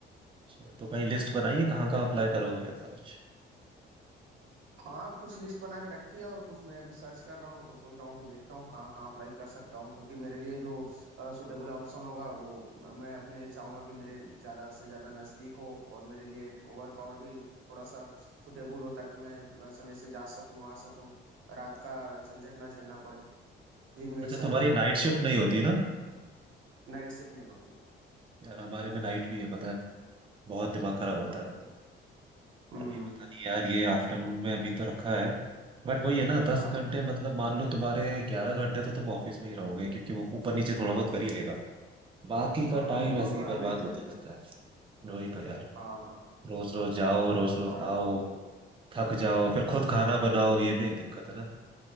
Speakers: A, on the right (about 25°); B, on the right (about 75°).
A: अच्छा, तो कहीं लिस्ट बनाइए कहाँ कहाँ अप्लाई करोगे ऐसा कुछ
B: हाँ कुछ लिस्ट बना के रखी है और कुछ मैं अभी सर्च कर रहा हूँ तो सोच रहा हूँ कि देखता हूँ कहाँ कहाँ अप्लाई कर सकता हूँ क्योंकि मेरे लिए जो सुटेबल ऑप्शन होगा वो म- मैं अपने चाहूंगा कि मेरे ज़्यादा से ज़्यादा नज़दीक हो और मेरे लिए वर्क और भी थोड़ा सा सुटेबल हो ताकि मैं मैं समय से जा सकूँ आ सकूँ रात का झंझट ना झेलना पड़े दिन में
A: अच्छा
B: ही सारा
A: तुम्हारी
B: काम
A: नाइट
B: ओके
A: शिफ्ट
B: हो जाए
A: नहीं होती ना
B: नाइट शिफ्ट नहीं होती
A: यार हमारे में नाइट भी है पता है बहुत दिमाग खराब होता
B: अच्छा
A: है
B: हम्म
A: अभी पता नहीं यार ये आफ्टरनून में अभी तो रखा है बट वही है ना दस
B: हाँ
A: घंटे
B: हाँ
A: मतलब मान लो तुम्हारे ग्यारह घंटे तो तुम ऑफिस में ही रहोगे क्योंकि वो ऊपर नीचे थोड़ा बहुत कर ही लेगा बाकी
B: हाँ
A: का टाइम
B: बिल्कुल
A: ऐसे
B: वो तो
A: ही
B: रहना
A: बर्बाद
B: ही पड़ेगा
A: होता रहता है वही तो यार
B: हाँ हाँ
A: रोज रोज जाओ रोज रोज
B: और आज
A: आओ
B: तो
A: थक जाओ फिर
B: हाँ
A: खुद खाना बनाओ ये भी एक दिक्कत है ना